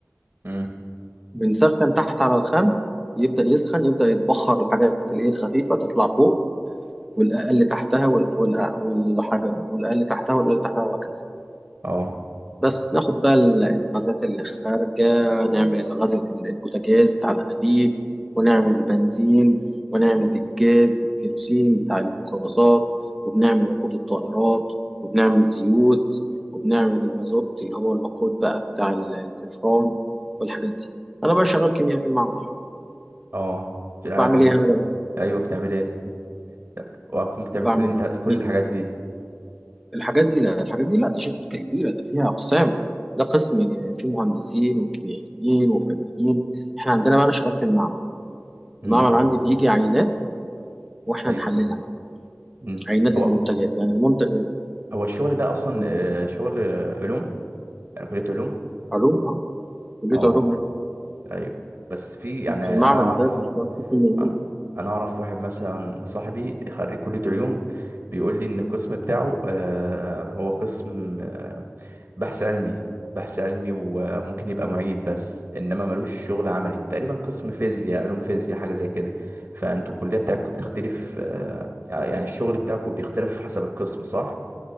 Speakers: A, on the right; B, in the centre.
A: امم
B: بنسخن تحت على الخام يبدأ يسخن يبدأ يتبخر الحاجات الإيه الخفيفة تطلع فوق والأقل تحتها وال- والأع- والحاجة والأقل تحتها والأقل تحتها وهكذا
A: اه
B: بس ناخد بقى ال- الغازات اللي خارجة نعمل الغاز ال- البوتاجاز بتاع الأنابيب ونعمل البنزين ونعمل الجاز الكيروسين بتاع الميكروباصات وبنعمل وقود الطائرات وبنعمل زيوت وبنعمل المازوت اللي هو الوقود بقى بتاع ال- الإفران والحاجات دي أنا بقى شغال كيميائي في المعمل
A: اه يعني
B: بعمل
A: طب
B: إيه أنا بقى
A: ايوه بتعمل ايه لا، وهتكون بتعمل
B: بعمل
A: كل انت
B: إيه
A: كل
B: بج-
A: الحاجات دي
B: الحاجات دي لا الحاجات دي لا دي شركة كبيرة ده فيها أقسام ده قسم فيه مهندسين وكيميائيين وفنيين احنا عندنا بقى انا شغال في المعمل
A: امم
B: المعمل عندي بيجي عينات واحنا
A: ايوه
B: نحللها بقى
A: امم
B: عينات
A: هو
B: المنتجات يعني المنتج
A: هو الشغل ده اصلا
B: م.
A: آه، شغل آه، علوم يعني كليه علوم
B: علوم اه كلية
A: اه
B: علوم ايه
A: ايوه بس في يعني انا
B: المعمل
A: اعرف
B: ده بيشتغل فيه كيميائيين
A: انا انا اعرف واحد مثلا صاحبي خريج كلية علوم بيقول لي ان القسم بتاعه آه، هو قسم آه، بحث علمي بحث علمي وممكن يبقى معيد بس انما ملوش شغل عملي تقريبا قسم فيزياء علوم فيزياء حاجة زي كده فانتوا الكلية بتاعتكم بتختلف آه، يعني الشغل بتاعكم بيختلف حسب القسم صح